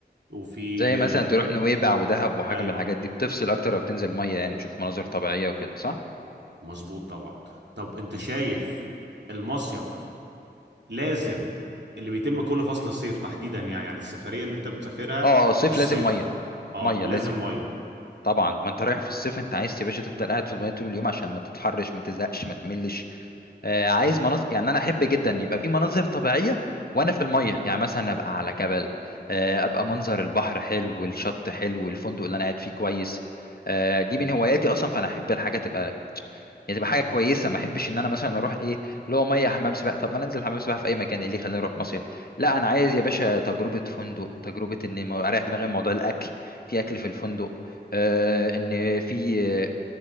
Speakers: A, on the right (about 80°); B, on the left (about 60°).
A: وفي
B: زي مثلا تروح نويبع ودهب وحاجة
A: ايوه
B: من الحاجات دي بتفصل اكتر لو بتنزل ميه يعني تشوف مناظر طبيعية وكده صح
A: مظبوط طبعا طب انت
B: مم.
A: شايف المصيف لازم اللي بيتم كل فصل الصيف تحديدا يعني يعني السفرية اللي انت بتسافرها
B: اه صيف
A: في الصيف
B: لازم ميه
A: اه
B: ميه
A: لازم
B: لازم
A: مية
B: طبعا ما انت رايح في الصيف انت عايز يا باشا تفضل قاعد في الميه طول اليوم عشان ما تتحرش ما تزهقش ما تملش آه، عايز مناظر يعني انا احب جدا يبقى في مناظر طبيعيه وانا في الميه يعني مثلا ابقى على جبل آه، ابقى منظر البحر حلو والشط حلو والفندق اللي انا قاعد فيه كويس آه، دي من هواياتي اصلا فانا احب الحاجه تبقى يعني تبقى حاجه كويسه ما احبش ان انا مثلا اروح ايه اللي هو ميه حمام سباحه طب ما انا انزل حمام سباحه في اي مكان ايه اللي يخليني اروح مصيف لا انا عايز يا باشا تجربه فندق تجربه ان ما- اريح دماغي من موضوع الاكل في اكل في الفندق آه، ان في